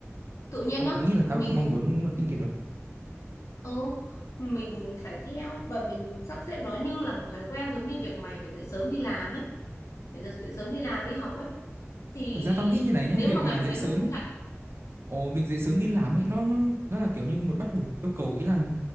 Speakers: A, on the left; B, on the right.
A: tự nhiên
B: tao
A: nhá
B: cũng nghĩ là
A: mình
B: tao cũng mong muốn một tính kỷ luật
A: ừ mình phải theo và mình sắp xếp nó như là một thói quen giống như việc mày phải dậy sớm đi làm ấy phải dậy dậy sớm đi làm đi học ấy thì
B: Thực ra tao nghĩ như này nhá,
A: nếu
B: việc
A: mà
B: mà
A: ngày hôm
B: dậy
A: đấy
B: sớm
A: mày không
B: ấy,
A: chạy
B: ồ, việc dậy sớm đi làm ấy, nó nó nó là kiểu như một bắt buộc yêu cầu ý là